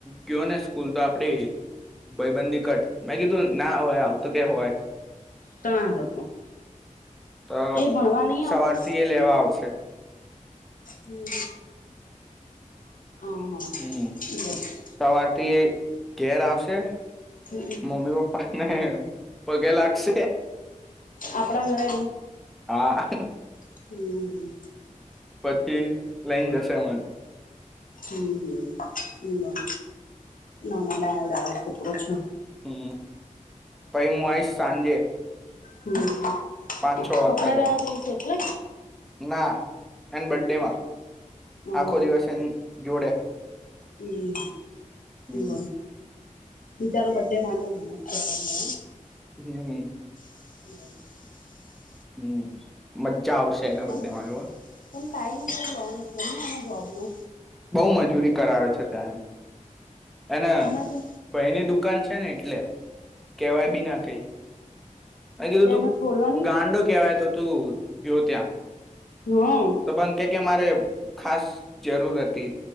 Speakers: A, in the centre; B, on the left (about 85°).
A: ગયો ને સ્કૂલ તો આપડે ભાયબંધી કટ મે કીધું ના હોય આવું તો કે હોય
B: તો ના જતો
A: તો
B: એ ભણવા નહી
A: સવારથી
B: આવતો
A: એ લેવા આવશે
B: હમ અ હ
A: હમ
B: બરાબર
A: સવારથી એ ઘેર આવશે
B: હ
A: મમ્મી પપ્પાને પગે લાગશે
B: આપડા ઘરે
A: હા.
B: હમ
A: પછી લઈન જશે મન
B: હમ્મ. હમ્મ. ના ના ડાહ્યો ડાહ્યો છોકરો છે.
A: હમ્મ. પહી મુ આઈશ સાંજે.
B: હમ્મ.
A: પાંચ છ વાગતા
B: કપડા
A: ઘરે
B: લેવા જઈશ એટલે?
A: ના, એન બડ્ડેમાં.
B: હમ
A: આખો દિવસ એન જોડે.
B: અમ્મ
A: હમ
B: હમ્મ. બ. બિચારો બડ્ડે માટે મહેનત કરવા જો.
A: હમ્મ.
B: <unintelligible>
A: હમ્મ. મજ્જા આવશે એના
B: બોલ
A: બડ્ડેમાં
B: પણ
A: જુઓન.
B: પણ ટાઈમ તો લોંગ છે ને એના જોબ નો.
A: બઉ મજૂરી કરાવે છે ત્યાં એન અને
B: એના જો
A: ભયની દુ દુકાન છે ન એટલે. કેવાય બી ના કઈ. મે કીધું
B: તો
A: તું
B: એને છોડવાની
A: ગાંડો કેવાય તો તું ગ્યો ત્યાં.
B: હમ
A: તો પન કે કે મારે ખાસ જરૂર તે